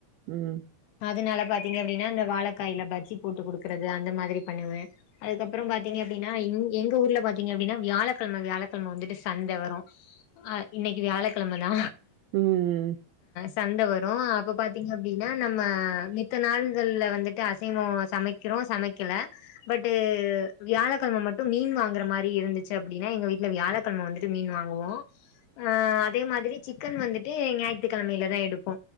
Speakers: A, on the right; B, on the left.
A: ம்
B: அதுனால பாத்தீங்க அப்டீன்னா இந்த வாழைக்காய்ல பஜ்ஜி போட்டு குடுக்குறது அந்த மாரி பண்ணுவே அதுக்கப்புறோ பாத்தீங்க அப்டீன்னா எங்க ஊர்ல பாத்தீங்க அப்டீன்னா வியாழக்கெழம வியாழக்கெழம வந்துட்டு சந்த வரோ அ இன்னிக்கு வியாழக் கெழமதா
A: ம் ம் ம்
B: சந்த வரோ அப்போ பாத்தீங்க அப்டீன்னா நம்ம மித்த நாள்கல்ல வந்துட்டு அசைவோ சமக்கிறோ இப்போ சமைக்கல பட்டு வியாழக்கெழம மட்டு மீன் வாங்குற மாரி இருந்துச்சு அப்டீன்னா எங்க வீட்ல வி வியாழக்கெழம வந்துட்டு மீன் வாங்குவோ அ அ அதே மாதிரி சிக்கன் வந்துட்டு ஞாயிற்றுக்கிழமிலதா எடுப்போ